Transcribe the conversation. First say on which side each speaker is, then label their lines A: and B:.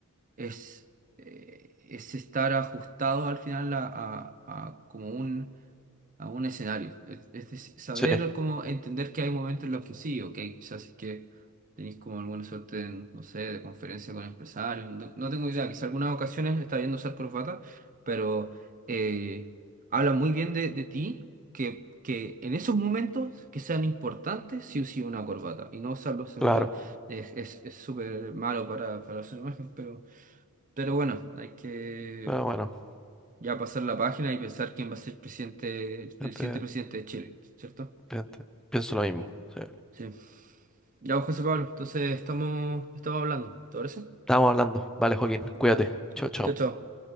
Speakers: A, on the right; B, in the centre.
A: es, eh, es estar ajustado al final a, a- a como un a un escenario. Es, es deci- saber
B: Sí,
A: cómo entender que hay momentos en los que sí, ok, quizás si es que tenéis como alguna suerte, en, no sé, de conferencia con empresarios, no, no tengo idea, quizás algunas ocasiones está viendo usar corbata, pero eh, habla muy bien de, de ti que, que en esos momentos que sean importantes, sí o sí una corbata, y no usarlo, según
B: claro.
A: yo, es, es, es súper malo para, para su imagen, pero, pero bueno, hay que...
B: Pero bueno,
A: Ya pasar la página y pensar quién va a ser presidente, el
B: gente-
A: siguiente presidente de Chile, ¿cierto?
B: gente, pienso lo mismo. sí.
A: Sí. Ya, pues, José Pablo, entonces estamos, estamos hablando, ¿te parece?
B: Estamos hablando. Vale, Joaquín,
A: Perfecto.
B: cuídate. Chao, chao.
A: Chao, chao.